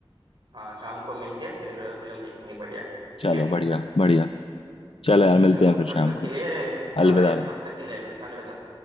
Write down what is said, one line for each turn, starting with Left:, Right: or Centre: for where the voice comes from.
Right: हाँ शाम को मिलके फिर फिल्म देखेंगे बढ़िया सी
Left: चलो
Right: ठीक है
Left: बढ़िया बढ़िया चलो यार मिलते
Right: चलो
Left: हैं फिर
Right: तब
Left: शाम
Right: तक
Left: को
Right: के लिए हाँ
Left: अलविदा
Right: यार तब तक के लिए अलविदा